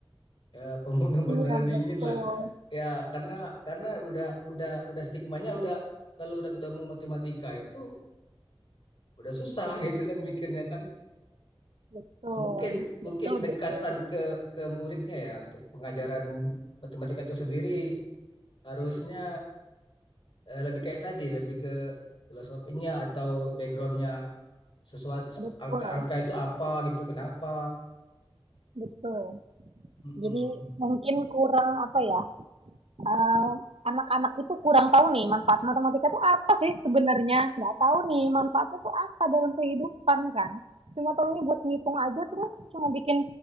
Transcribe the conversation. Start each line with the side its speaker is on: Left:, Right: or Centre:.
Left: Ya, pembunuh <laughs> berdarah
Right: iya
Left: dingin
Right: betul,
Left: lah. Ya, karena karena udah udah udah stigmanya udah kalau udah ketemu matematika itu udah susah <laughs> gitu kan mikirnya kan.
Right: betul,
Left: Mungkin
Right: betul,
Left: mungkin pendekatan
Right: betul,
Left: ke ke muridnya ya untuk pengajaran matematika itu sendiri harusnya eh, lebih kayak tadi, lebih ke filosofinya atau backgroundnya sesuatu
Right: betul,
Left: angka-angka itu apa gitu, kenapa?
Right: betul.
Left: Mm-mm.
Right: jadi mungkin kurang apa ya eh, anak-anak itu kurang tahu nih manfaat matematika tuh apa sih sebenarnya nggak tahu nih manfaatnya tuh apa dalam kehidupan kan cuma tahunya buat ngitung aja terus cuma bikin